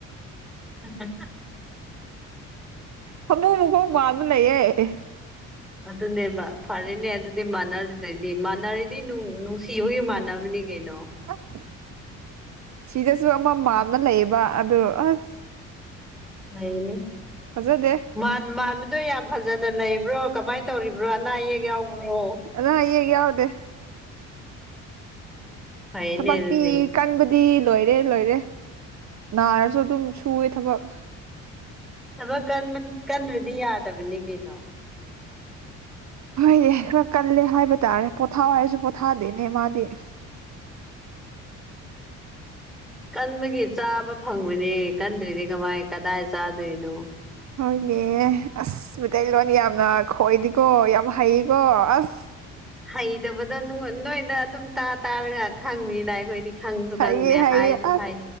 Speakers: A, in the centre; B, on the right (about 50°).
A: ꯑ
B: ꯍꯥꯃꯨ ꯃꯈꯣꯡ ꯃꯕ ꯂꯩꯌꯦꯦ
A: ꯑꯗꯨꯅꯦꯕ ꯐꯔꯦꯅꯦ ꯑꯗꯨꯗꯤ ꯃꯥꯟꯅꯔꯤꯗꯩꯗꯤ ꯃꯥꯟꯅꯔꯤꯗꯤ ꯅꯨꯡꯁꯤꯕꯒꯤ ꯃꯥꯟꯅꯕꯅꯤ ꯀꯩꯅꯣ
B: ꯑꯁ ꯁꯤꯗꯁꯨ ꯑꯃ ꯃꯥꯝꯅ ꯂꯩꯌꯦꯕ ꯑꯗꯨ ꯑꯁ
A: ꯂꯩꯅꯦ꯫
B: ꯐꯖꯗꯦ꯫
A: ꯃꯥꯟꯕꯗꯣ ꯌꯥꯝ ꯐꯖꯅ ꯂꯩꯕ꯭ꯔꯣ ꯀꯃꯥꯏꯅ ꯇꯧꯔꯤꯕ꯭ꯔꯣ ꯑꯅꯥ ꯑꯌꯦꯛ ꯌꯥꯎꯕ꯭ꯔꯣ꯫
B: ꯑꯅꯥ ꯑꯌꯦꯛ ꯌꯥꯎꯗꯦ꯫
A: ꯐꯥꯏꯅꯦ
B: ꯊꯕꯛꯇꯤ
A: ꯑꯗꯨꯗꯤ꯫
B: <unintelligible> ꯂꯣꯏꯔꯦ ꯂꯣꯏꯔꯦ ꯅꯥꯔꯁꯨ ꯑꯗꯨꯝ ꯁꯨꯑꯦ ꯊꯕꯛ꯫
A: ꯊꯕꯛ ꯀꯟꯗ꯭ꯔꯗꯤ ꯌꯥꯗꯕꯅꯤ ꯀꯩꯅꯣ꯫
B: ꯍꯣꯏꯗꯤ ꯈꯔ ꯀꯜꯂꯦ ꯍꯥꯏꯕ ꯇꯥꯔꯦ ꯄꯣꯊꯥ ꯍꯥꯏꯔꯁꯨ ꯄꯣꯊꯥꯗꯣꯏꯅꯦ ꯃꯥꯗꯤ꯫
A: ꯀꯟꯕꯒꯤ ꯆꯥꯕ ꯐꯪꯕꯅꯤ ꯀꯟꯗꯔꯗꯤ ꯀꯃꯥꯏ ꯀꯗꯥꯏ ꯆꯥꯗꯣꯏꯅꯣ꯫
B: ꯍꯣꯏꯅꯦ ꯑꯁ ꯃꯩꯇꯩꯂꯣꯟ ꯌꯥꯝꯅ ꯈꯣꯏꯗꯤꯀꯣ ꯌꯥꯝ ꯍꯩꯀꯣ ꯑꯁ꯫
A: ꯍꯩꯇꯕꯗꯣ ꯅꯣꯏꯗ ꯑꯗꯨꯝ ꯇꯥ ꯇꯥꯔꯒ ꯈꯪꯉꯅ ꯑꯩꯈꯣꯏꯗꯤ ꯈꯪꯁꯨ
B: ꯍꯩꯌꯦ
A: ꯈꯪꯗꯦ
B: ꯍꯩꯌꯦ
A: ꯍꯥꯏꯁꯨ
B: ꯑꯁ
A: ꯍꯥꯏ꯫